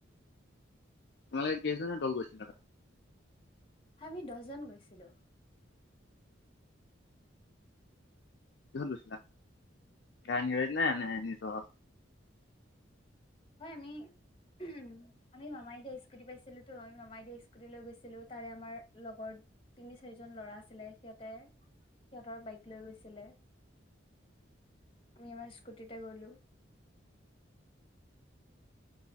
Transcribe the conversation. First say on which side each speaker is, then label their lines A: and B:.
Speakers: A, on the left; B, on the left.
A: তোমালোকে কেইজনীয়া দ'ল গৈছিলা তাত?
B: আমি দহজন গৈছিলো।
A: কিহত গৈছিলা গাড়ী নে নিজৰ?
B: হয় আমি উম আমি মামাই দিয়া স্কুটি পাইছিলো তো। আমি মামাই দিয়া স্কুটি লৈ গৈছিলো। তাৰে আমাৰ লগৰ তিনি চাৰিজন ল'ৰা আছিলে সিহঁতে সিহঁতৰ বাইক লৈ গৈছিলে। আমি আমাৰ স্কুটিতে গ'লো